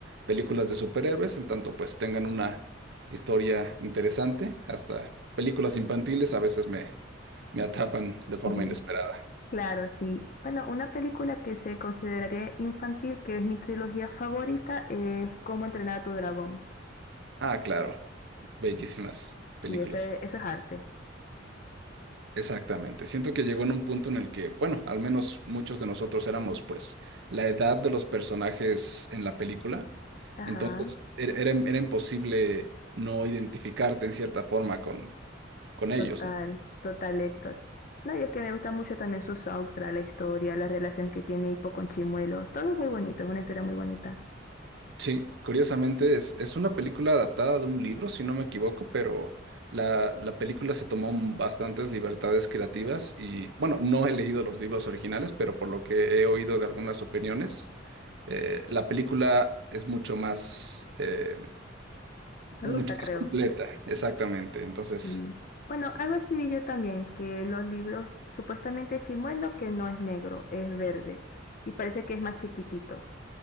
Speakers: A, on the right; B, on the left.
A: películas de superhéroes, en tanto pues tengan una historia interesante. Hasta películas infantiles a veces me, me atrapan de forma
B: Ujú.
A: inesperada.
B: Claro, sí. Bueno, una película que se consideraría infantil, que es mi trilogía favorita, es Cómo entrenar a tu dragón.
A: Ah, claro. Bellísimas
B: Sí,
A: películas.
B: eso es, eso es arte.
A: Exactamente. Siento que llegó en un punto en el que, bueno, al menos muchos de nosotros éramos, pues, la edad de los personajes en la película.
B: Ajá,
A: Entonces, era, era- era imposible no identificarte en cierta forma con, con ellos,
B: total,
A: ¿no?
B: total, Héctor. No, y es que me gusta mucho también su soundtrack, la historia, la relación que tiene Hipo con Chimuelo. Todo es muy bonito, es una historia muy bonita.
A: Sí, curiosamente es, es una película adaptada de un libro, si no me equivoco, pero la, la película se tomó m- bastantes libertades creativas y, bueno, no he leído los libros originales, pero por lo que he oído de algunas opiniones. Eh, la película es mucho más, eh, mucho
B: Adulta,
A: más
B: creo.
A: completa, exactamente. Entonces,
B: Y, Bueno, algo así vi yo también, que los libros, supuestamente Chimuelo, que no es negro, es verde. Y parece que es más chiquitito.